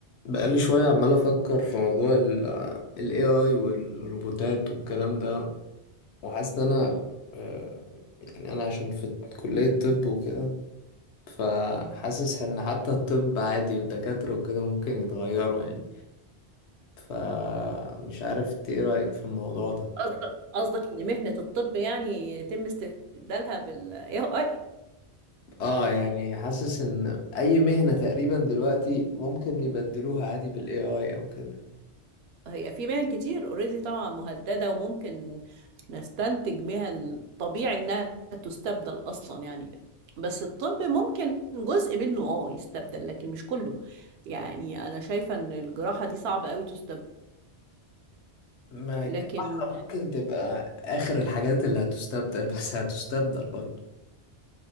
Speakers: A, on the left; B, on the right.
A: بقالي شوية عمال أفكر في موضوع ال ال AI والروبوتات والكلام ده وحاسس إن أنا آه، يعني أنا عشان في كلية طب وكده فحاسس إن حتى الطب عادي والدكاترة وكده ممكن يتغيروا يعني فمش عارف إنت إيه رأيك في الموضوع ده
B: قصدك قصدك ان مهنة الطب يعني يتم استبدالها بال AI
A: اه يعني حاسس ان اي مهنة تقريبا دلوقتي ممكن يبدلوها عادي بال AI او كده
B: هي في مهن كتير اوريدي طبعا مهددة وممكن نستنتج مهن طبيعي انها تستبدل اصلا يعني بس الطب ممكن جزء منه اه يستبدل لكن مش كله يعني انا شايفة ان الجراحة دي صعبة قوي تستبدل
A: ما
B: لكن
A: الجراحة ممكن تبقى آخر الحاجات اللي هتستبدل بس هتستبدل برضه